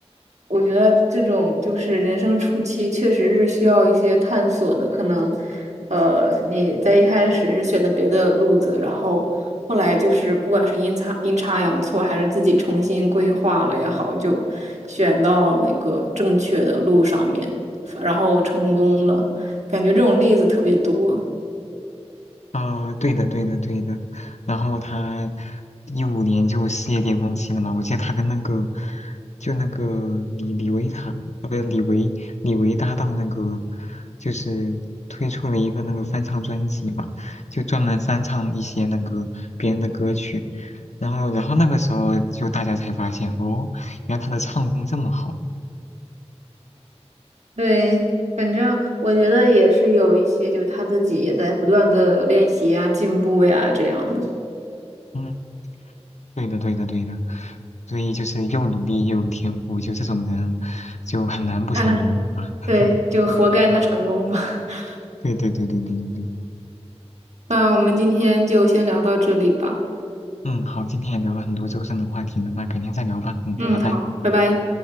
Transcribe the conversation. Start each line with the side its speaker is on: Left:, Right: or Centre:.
Right: 我觉得这种就是人生初期，确实是需要一些探索的。可能，呃，你在一开始是选的别的路子，然后后来就是不管是阴差阴差阳错，还是自己重新规划了也好，就选到那个正确的路上面，然后成功了。感觉这种例子特别多。
Left: 啊、对的，对的，对的。然后他一五年就事业巅峰期了嘛，我记得他跟那个就那个李李维塔，啊，不是李维李维搭档那个，就是推出了一个那个翻唱专辑嘛，就专门翻唱一些那个别人的歌曲。然后，然后那个时候就大家才发现，哦，原来他的唱功这么好。
Right: 对，反正我觉得也是有一些，就是他自己也在不断的练习呀、进步呀这样的。
Left: 嗯。对的，对的，对的，所以就是又努力又有天赋，就这种人就很难不成功，
Right: <laughs>
Left: 对吧？<laughs>
Right: 对，就活该他成功吧。
Left: 嗯
Right: <laughs>
Left: 对对对对对对对，
Right: 那我们今天就先聊到这里吧。
Left: 嗯，好，今天也聊了很多周深的话题了，那改天再聊吧，嗯，
Right: 嗯，
Left: 拜拜。
Right: 嗯好，拜拜。